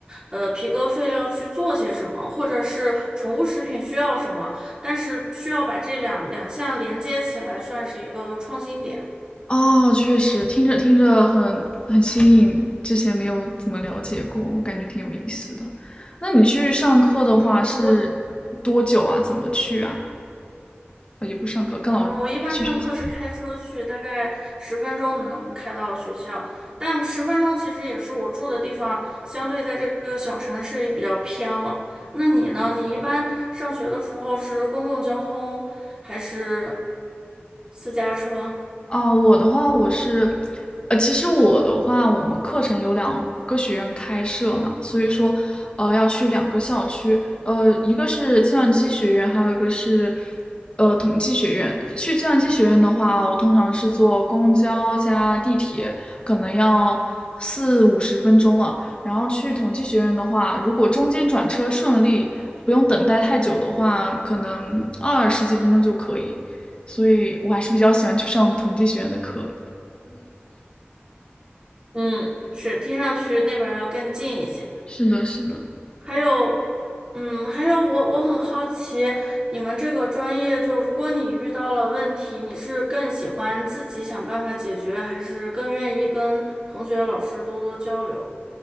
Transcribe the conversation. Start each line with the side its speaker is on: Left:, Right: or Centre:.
Right: 呃皮革废料去做些什么，或者是宠物食品需要什么，但是需要把这两两项连接起来，算是一个创新点。
Left: 哦，确实，听着听着很很新颖，之前没有怎么了解过，我感觉挺有意思的。那你去上课的话是多久啊？
Right: 嗯，我
Left: 怎么去啊？呃也不上课，跟老去学习。
Right: 嗯，我一般上课是开车去，大概十分钟能开到学校，但十分钟其实也是我住的地方，相对在这个小城市也比较偏了。那你呢？你一般上学的时候是公共交通还是私家车？
Left: 啊，我的话，我是，呃，其实我的话，我们课程有两个学院开设嘛，所以说，呃，要去两个校区，呃，一个是计算机学院，还有一个是，呃，统计学院。去计算机学院的话，我通常是坐公交加地铁，可能要四五十分钟了。然后去统计学院的话，如果中间转车顺利，不用等待太久的话，可能二十几分钟就可以。所以我还是比较喜欢去上统计学院的课。
Right: 嗯，是，听上去那边儿要更近一些。
Left: 是的，是的。
Right: 还有，嗯，还有我我很好奇，你们这个专业，就如果你遇到了问题，你是更喜欢自己想办法解决，还是更愿意跟同学、老师多多交流？